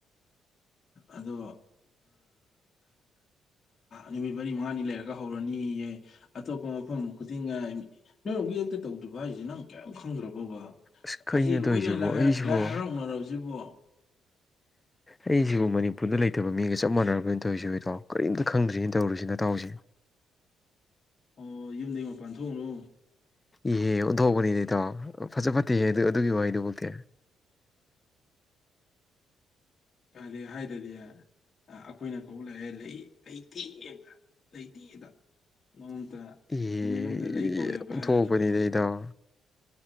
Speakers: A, on the left; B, on the left.
A: ꯑꯗꯣ ꯅꯨꯃꯤꯠ ꯃꯔꯤ ꯃꯉꯥꯅꯤ ꯂꯩꯔꯒ ꯍꯧꯔꯅꯤꯌꯦ ꯑꯇꯣꯞꯄ ꯃꯐꯝ ꯈꯨꯗꯤꯡꯅ ꯅꯪ ꯑꯃꯨꯛ ꯑꯝꯛꯇ ꯇꯧꯗꯕ ꯍꯥꯏꯁꯁꯤ ꯅꯪ ꯀꯌꯥꯝ ꯈꯪꯗꯔꯕꯣ ꯑꯗꯨꯒ
B: ꯑꯁ ꯀꯩꯅꯣ
A: ꯑꯁꯤ ꯂꯣꯏꯅ
B: ꯇꯧꯔꯤꯁꯤꯕꯣ ꯑꯩꯁꯤꯕꯣ
A: ꯂꯥꯏ ꯍꯔꯥꯎꯅꯔꯕꯁꯤꯕꯣ
B: ꯑꯩꯁꯤꯕꯨ ꯃꯅꯤꯄꯨꯔꯗ ꯂꯩꯇꯕ ꯃꯤꯒ ꯆꯞ ꯃꯥꯟꯅꯔꯕꯅꯤꯅ ꯇꯧꯔꯤꯁꯤ ꯏꯇꯥꯎ ꯀꯔꯤꯝꯇ ꯈꯪꯗ꯭ꯔꯤꯅ ꯇꯧꯔꯨꯁꯤ ꯅꯇꯥꯎꯁꯦ
A: ꯑꯣ ꯌꯨꯝꯗꯒꯤ ꯃꯄꯥꯟ ꯊꯣꯛꯎꯅꯨ
B: ꯏꯍꯦ ꯑꯣꯟꯊꯣꯛꯄꯅꯤꯗ ꯏꯇꯥꯎ ꯐꯖ ꯐꯠꯇꯦꯍꯦ ꯑꯗꯨ ꯑꯗꯨꯒꯤ ꯋꯥꯍꯩꯗꯨꯃꯛꯇꯤ
A: ꯀꯗꯤ ꯍꯥꯏꯗꯗꯤ ꯑꯩꯈꯣꯏꯅ ꯀꯧꯕ ꯂꯥꯛꯏ ꯂꯩꯇꯦꯗ ꯂꯩꯇꯦꯗ ꯅꯣꯡꯃꯇ
B: ꯏꯍꯦ
A: ꯅꯨꯃꯤꯠ ꯑꯃꯗ ꯂꯩ ꯀꯧꯋꯦꯕ
B: ꯑꯣꯟꯊꯣꯛꯄꯅꯤꯗ
A: ꯍꯥꯏꯔꯛꯈꯤꯗ꯭ꯔꯕ
B: ꯏꯇꯥꯎ